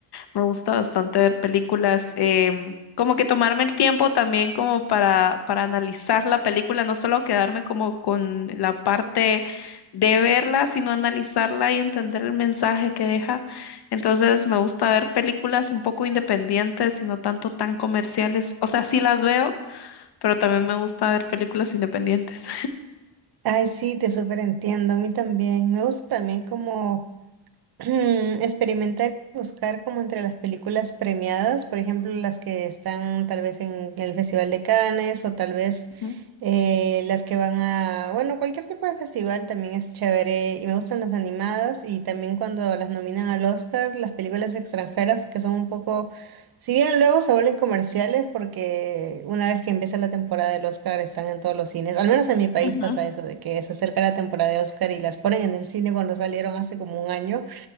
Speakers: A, on the left; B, on the right.
A: Me gusta bastante ver películas, em, como que tomarme el tiempo también como para, para analizar la película, no solo quedarme como con la parte de verla, sino analizarla y entender el mensaje que deja. Entonces me gusta ver películas un poco independientes y no tanto tan comerciales. O sea, sí las veo, pero también me gusta ver películas independientes.
B: Ay, sí, te súper entiendo, a mí también. Me gusta también como <clears throat> Experimentar y buscar como entre las películas premiadas, por ejemplo, las que están tal vez en el Festival de Cannes o tal vez
A: <laughs>
B: eh, las que van a, bueno, cualquier tipo de festival también es chévere y me gustan las animadas y también cuando las nominan al Oscar, las películas extranjeras que son un poco, si bien luego se vuelven comerciales porque una vez que empieza la temporada del Oscar están en todos los cines, al menos en mi país
A: Ujú.
B: pasa eso, de que se acerca la temporada de Oscar y las ponen en el cine cuando salieron hace como un año.